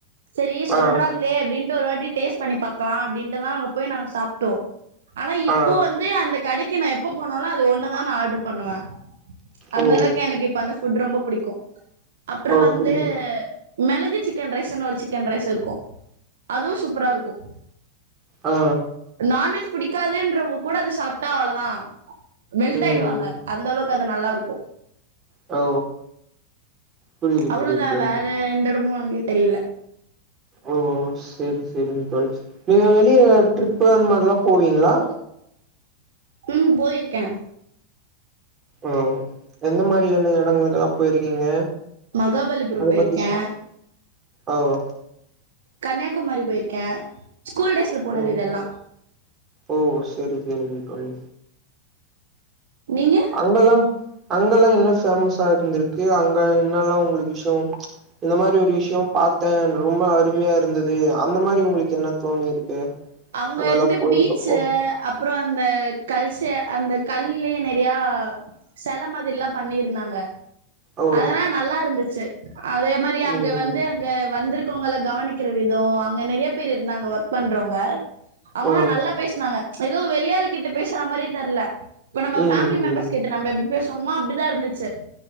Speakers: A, on the right (about 60°); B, on the right (about 25°).
A: செரி சொல்றாங்களே
B: ஆ
A: அப்டின்ட்டு ஒரு வாட்டி டேஸ்ட் பண்ணி பாக்கலாம் அப்டின்ட்டுதான் அங்க போய் நாங்க சாப்ட்டோம் ஆனா இப்போ
B: ஆ
A: வந்து அந்த கடைக்கு நா எப்ப போனாலும் அது ஒண்ணுதா ஆர்டர் பண்ணுவ அந்தளவுக்கு
B: ஓ
A: எனக்கு இப்ப அந்த ஃபுட் ரொம்ப பிடிக்கும் அப்புறம்
B: ஓ
A: வந்து
B: புரியுது
A: மிளகு சிக்கன் ரைஸ்ன்னு ஒரு சிக்கன் ரைஸ் இருக்கும் அதுவும் சூப்பரா இருக்கும்
B: ஆ
A: நான்வெஜ் புடிக்காதுன்றவுங்க கூட அது சாப்ட்டா அவ்வளோதா மெல்ட்
B: ம்
A: ஆயிடுவாங்க அந்த அளவுக்கு அது நல்லா இருக்கு
B: ஓ புரியுது
A: அவ்ளோதா
B: புரியுது
A: வேற எந்த இடமு என்கிட்ட இல்ல
B: ஓ செரி செரிங்க தோழி நீங்க வெளிய ட்ரிப் அந்த மாரில்லா போவீங்களா
A: ம் போயிருக்கே
B: ஓ எந்த மாரி என்ன இடங்களுக்கெல்லா போயிருக்கீங்க
A: மகாபலிபுரம்
B: அத
A: போயிருக்கே
B: பத்தி சொ ஓ
A: கன்னியாகுமரி போயிருக்கே ஸ்கூல் டேஸ்ல போனது
B: ஓ
A: இதெல்லா
B: ஓ செரி செரிங்க தோழி
A: நீங்க
B: அங்கல்லா அங்கல்லா என்ன பேமஸா இருந்துருக்கு அங்க என்னல்லா உங்களுக்கு விஷயோ இந்த மாரி ஒரு விஷயோ பாத்தே ரொம்ப அருமையா இருந்தது அந்த மாரி உங்களுக்கு என்ன தோணிருக்கு
A: அங்க
B: அங்கல்லா
A: இருந்த
B: போயிருக்கப்போ
A: பீச்சு அப் பறோ அந்த கல்சே அந்த கல்லயே நெறையா செல மாதிரில்லா பண்ணிருந்தாங்க
B: ஓ
A: அதெல்லா நல்லா இருந்துச்சு அதே மாரி அங்க
B: ம்
A: வந்து அங்க வந்திருக்கவங்கள கவனிக்கிற விதோ அங்க நெறையா பேரு இருந்தாங்க ஒர்க் பண்றவங்க அவங்கல்லா
B: ஆ
A: நல்லா பேசுனாங்க ஏதோ வெளி ஆளு கிட்ட பேசுற மாரியே தெரில இப்ப நம்ம
B: ம்
A: ஃபேமிலி மெம்பர்ஸ் கிட்ட நம்ம எப்டி பேசுவமோ அப்டிதா இருந்துச்சு